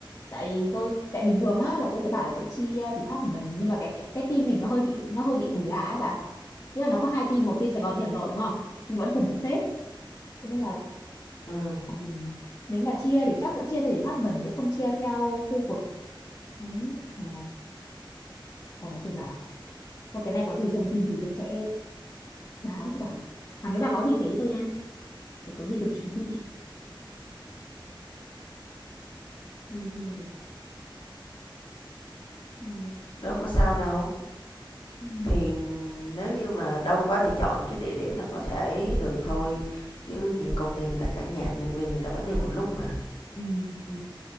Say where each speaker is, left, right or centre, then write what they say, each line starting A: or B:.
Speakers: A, on the left (about 35°); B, on the left (about 65°).
A: tại tôi tại bình thường á là tôi thấy bảo là sẽ chia department nhưng mà cái cái team mình nó hơi bị nó hơi bị kỳ lạ ấy bà nghĩa là nó có hai team một team Sài Gòn team Hà Nội đúng không nhưng vẫn cùng một sếp thế nên là
B: ừ
A: ừm, nếu mà chia thì chắc vẫn chia theo department chứ không chia theo khu vực Đấy. Ờ, còn nói chung là thôi cái này có gì thông tin gì tôi sẽ báo cho bà còn nếu bà có gì kể cho tôi nha để có gì cần chuẩn bị đi du lịch ừ,
B: đâu có sao đâu
A: ừ,
B: thì nếu như mà đông quá thì chọn cái địa điểm nào có thể được thôi chứ nhiều công ty người ta cản nhà nhân viên người ta vẫn đi một lúc mà
A: ừ, ừ,